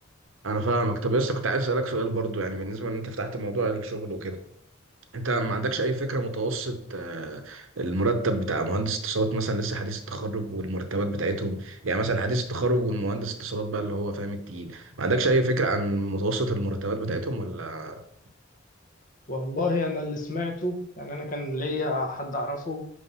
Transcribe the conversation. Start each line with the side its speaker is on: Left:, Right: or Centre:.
Right: انا فاهمك طب بس كنت عايز اسالك سؤال برضو يعني بالنسبه ان انت فتحت موضوع الشغل وكده انت ما عندكش اي فكره متوسط آه، المرتب بتاع مهندس اتصالات مثلا لسه حديث التخرج والمرتبات بتاعتهم يعني مثلا حديث التخرج والمهندس اتصالات بقى اللي هو فاهم التقيل ما عندكش اي فكره عن متوسط المرتبات بتاعتهم ولا
Left: والله أنا اللي سمعته يعني أنا كان ليا حد أعرفه